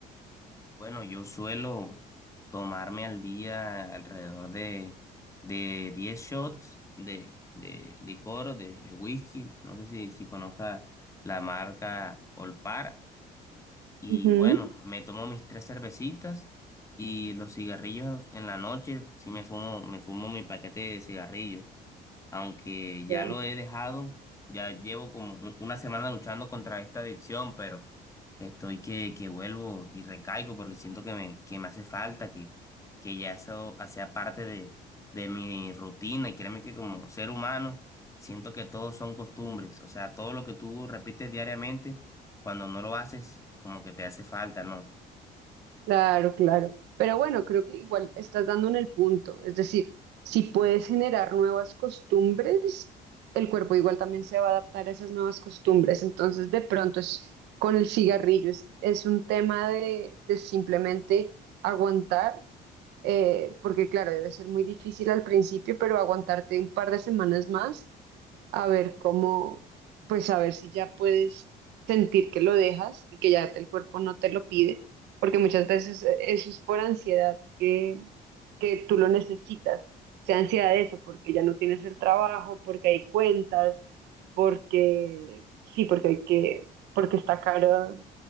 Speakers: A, on the left; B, on the right.
A: Bueno, yo suelo tomarme al día alrededor de, de 10 shots de, de licor, de, de whisky. No sé si, si conozca la marca Olpar. Y
B: Ujú.
A: bueno, me tomo mis tres cervecitas y los cigarrillos en la noche. Sí me fumo, me fumo mi paquete de cigarrillos aunque ya
B: Ya,
A: lo he dejado, ya llevo como un- una semana luchando contra esta adicción, pero estoy que, que vuelvo y recaigo porque siento que me, que me hace falta, que, que ya eso hacía parte de, de mi rutina y créeme que como ser humano siento que todos son costumbres, o sea, todo lo que tú repites diariamente, cuando no lo haces, como que te hace falta, ¿no?
B: Claro, claro. Pero bueno, creo que igual estás dando en el punto. Es decir, si puedes generar nuevas costumbres, el cuerpo igual también se va a adaptar a esas nuevas costumbres. Entonces, de pronto es con el cigarrillo, es, es un tema de, de simplemente aguantar eh, porque claro, debe ser muy difícil al principio, pero aguantarte un par de semanas más a ver cómo, pues a ver si ya puedes sentir que lo dejas y que ya te- el cuerpo no te lo pide, porque muchas veces eh, eso es por ansiedad que, que tú lo necesitas, sea ansiedad de eso, porque ya no tienes el trabajo, porque hay cuentas, porque sí, porque hay que, porque está cara